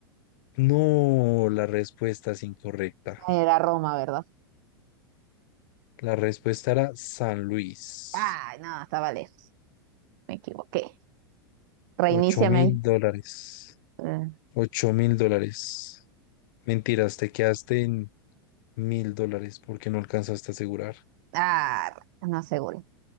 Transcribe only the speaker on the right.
Era Roma, ¿verdad?
Ay, no, estaba lejos. Me equivoqué. Reiníciame.
Eh,
Ah, no aseguro.